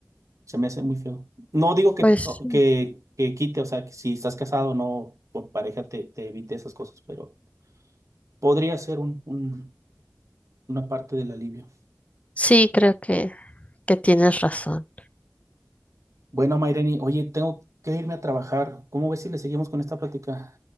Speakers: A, on the right; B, on the left.
A: Se me hace muy feo. No digo que,
B: Pues
A: o- que, que quite, o sea, que si estás casado no, con pareja te, te evite esas cosas, pero podría ser un, un- una parte del alivio.
B: sí, creo que, que tienes razón.
A: Bueno, Maireni, oye, tengo que irme a trabajar. ¿Cómo ves si le seguimos con esta plática